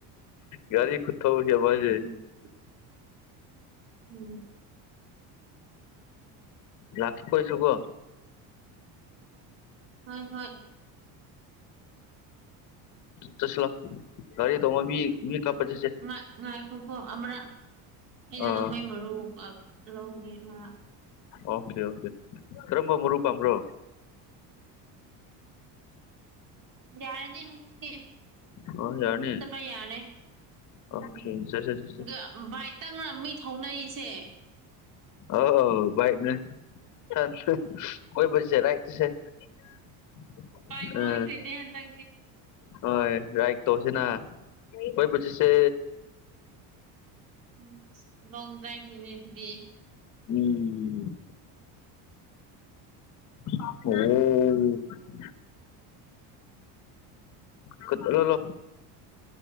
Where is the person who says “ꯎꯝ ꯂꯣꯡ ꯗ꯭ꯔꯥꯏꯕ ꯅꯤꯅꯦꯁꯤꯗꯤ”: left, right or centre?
Right